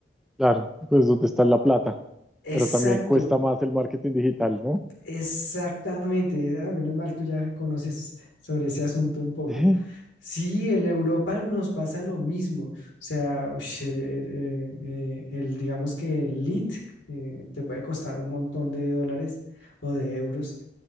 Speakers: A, in the centre; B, on the left.
A: claro. Pues donde está la plata. Pero
B: Exacto,
A: también cuesta más el marketing digital, ¿no?
B: exactamente. Ah, menos mal, tú ya conoces sobre ese asunto un poco.
A: <laughs>
B: Sí, en Europa nos pasa lo mismo. O sea, ush, el, el- eh, eh, el, digamos que el lead eh, te puede costar un montón de dólares o de euros